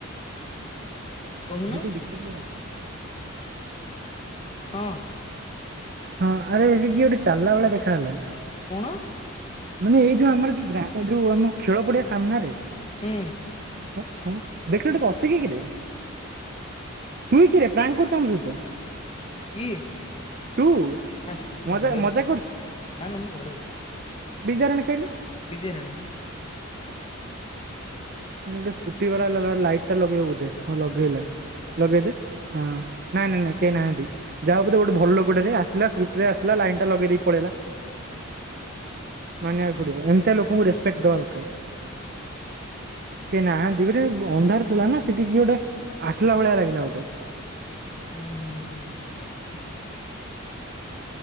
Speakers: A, on the left (about 30°); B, on the right (about 45°).
A: କହୁନ
B: ଦେଖିଲୁ ଦେଖିଲୁ ଏଠି ଅ
A: ହଁ
B: ହଁ ଆରେ ଇଏ କିଏ ଗୋଟେ ଚାଲିଲା ଭଳିଆ ଦେଖା ହେଲା।
A: କୋଣ
B: ମାନେ ଏଇ ଯୋଉ ଆମର ଯୋଉ ଗ୍ରା ଯୋଉ ଆମ ଖେଳ ପଡିଆ ସାମ୍ନାରେ।
A: ହୁଁ
B: କ ଖ ଦେଖିଲୁ ଟିକେ କ ଅଛି କି କିରେ। ତୁଇ କିରେ ପ୍ରାଙ୍କ୍ କରୁଛୁ ଆମ ସହିତ?
A: କିଏ?
B: ତୁ
A: ହେଁ ମୁଁ
B: ମଜା
A: ଘରେ ଅଛି
B: ମଜା
A: ନା ନା ମୁଁ ଘରେ ଅଛି।
B: ବିଦ୍ୟା ରାଣ ଖାଇଲୁ।
A: ବିଦ୍ୟାରାଣେ।
B: ନ ଗୋଟେ ସ୍କୁଟି ବାଲା ହେ ଲାଇଟ୍ ଟା ଲଗେଇବ ବୋଧେ ହଁ ଲଗେଇଲା ଲଗେଇଦ ହଁ ନାଇଁ ନାଇଁ ନାଇଁ କେହି ନାହାନ୍ତି ଯାହା ହ ଗୋଟେ ଭଲ ଲୋକୋଟେରେ ଆସିଲା ସ୍କୁଟିରେ ଆସିଲା ଲାଇନ ଟା ଲଗେଇ ଦେଇକି ପଳେଇଲା
A: ହ
B: ମାନିବାକୁ ପଡିବ ଏମିତି ଲୋକଙ୍କୁ ରେସପେକ୍ଟ ଦବା ଦରକାର। କେହିଁ ନାହାନ୍ତି ମାନେ ଅନ୍ଧାର ଥିଲା
A: ହୁଁ
B: ନା ସେଠି କିଏ ଗୋଟେ ଆସିଲା ଭଳିଆ ଲାଗିଲା ଗୋଟେ।
A: ହୁଁ ହୁଁ ହୁଁ ହୁଁ।